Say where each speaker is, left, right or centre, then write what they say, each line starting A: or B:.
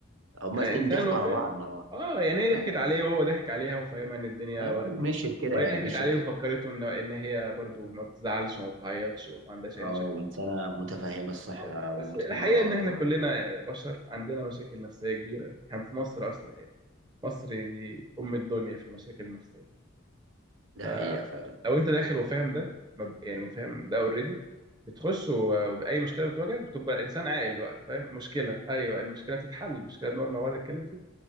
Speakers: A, on the right; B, on the right.
A: هما
B: يعني
A: الاتنين
B: انسان
A: ضحكوا
B: واقعي
A: على بعض ما هو
B: اه يعني هي
A: اه
B: ضحكت عليه وهو ضحك عليها وفاهمها ان الدنيا
A: اه
B: وردي
A: ومشيت كده
B: وهي
A: يعني
B: ضحكت
A: مشيت
B: عليه
A: كده
B: وفكرته ان ان هي برضو ما بتزعلش وما بتعيطش وما عندهاش اي
A: اه
B: مشاكل
A: وانسانة متفهمة الصح
B: آه،
A: ومتفهمة
B: بس الحقيقه
A: الغلط
B: ان احنا
A: ما-
B: كلنا بشر عندنا مشاكل نفسيه كبيره احنا في مصر اصلا يعني مصر دي ام الدنيا في المشاكل النفسيه
A: ده
B: فلو
A: حقيقة فعلا
B: انت داخل وفاهم ده ما- يعني فاهم ده اوريدي بتخش و- وباي مشكله بتواجهك بتبقى انسان عاقل بقى فاهم مشكله ايوه المشكله بتتحل المشكله بنقعد مع بعض نتكلم فيها